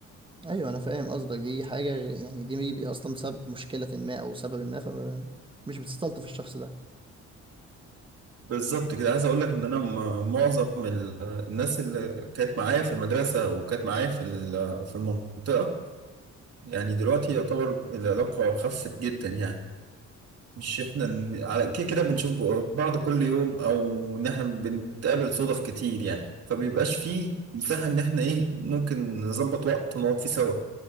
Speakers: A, on the right (about 15°); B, on the right (about 55°).
A: ايوه انا فاهم قصدك دي حاجه غ- يعني دي بي- اصلا سبب مشكله ما او سبب ما فمش بتستلطف الشخص ده
B: بالظبط كده عايز اقول لك ان انا م- معظم ال- الناس اللي كانت معايا في المدرسه وكانت معايا في ال- في المنطقه يعني دلوقتي يعتبر العلاقه خفت جدا يعني مش احنا ن- على كده كده بنشوف بعض كل يوم او ان احنا بنتقابل صدف كتير يعني فبيبقاش
A: مم.
B: فيه مساحة ان احنا ايه ممكن نظبط وقت ونقعد فيه سوا